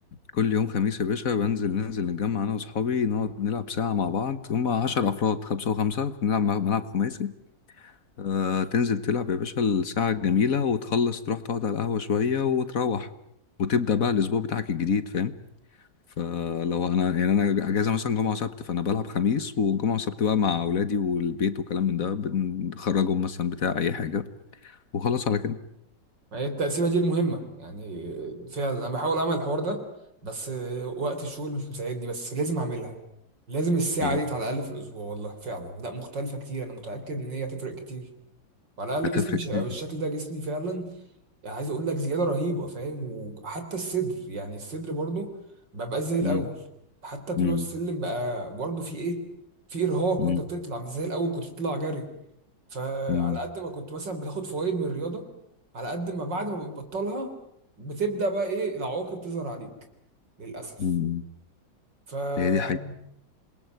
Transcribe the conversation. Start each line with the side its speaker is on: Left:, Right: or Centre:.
Left: كل يوم خميس يا باشا بنزل ننزل نتجمع أنا وأصحابي نقعد نلعب ساعة مع بعض هما عشر أفراد خمسة وخمسة بنلعب ملعب خماسي آه تنزل تلعب يا باشا الساعة الجميلة وتخلص تروح تقعد على القهوة شوية وتروح وتبدأ بقى الأسبوع بتاعك الجديد فاهم فلو انا يعني انا اجازه مثلا جمعه وسبت فانا بلعب خميس والجمعه وسبت بقى مع اولادي والبيت وكلام من ده بنخرجهم مثلا بتاع اي حاجه وخلاص على كده
Right: ما هي التقسيمه دي المهمه يعني فعلا انا بحاول اعمل الحوار ده بس وقت الشغل مش مساعدني بس لازم اعملها لازم الساعه
Left: مم.
Right: دي على الاقل في الاسبوع والله فعلا لا مختلفه كتير انا متاكد ان هي هتفرق كتير وعلى الاقل
Left: هتفرق
Right: جسمي مش
Left: كتير
Right: هيبقى
Left: جدا.
Right: بالشكل ده جسمي فعلا يعني عايز اقول لك زياده رهيبه فاهم وحتى الصدر يعني الصدر برضه ببقى زي الاول
Left: مم.
Right: حتى طلوع
Left: مم.
Right: السلم بقى برضه في ايه في ارهاق
Left: مم.
Right: وانت بتطلع مش زي الاول كنت بتطلع جري فعلى
Left: مم.
Right: قد ما كنت مثلا بتاخد فوائد من الرياضه على قد ما بعد ما بتبطلها بتبدا بقى ايه العواقب تظهر عليك للاسف
Left: مم.
Right: فيعني
Left: هي دي